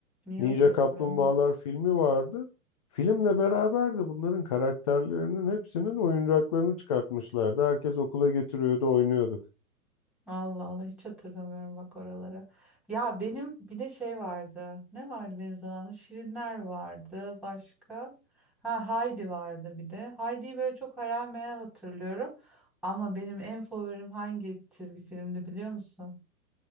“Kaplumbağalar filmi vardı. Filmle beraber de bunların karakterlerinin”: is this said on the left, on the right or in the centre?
Left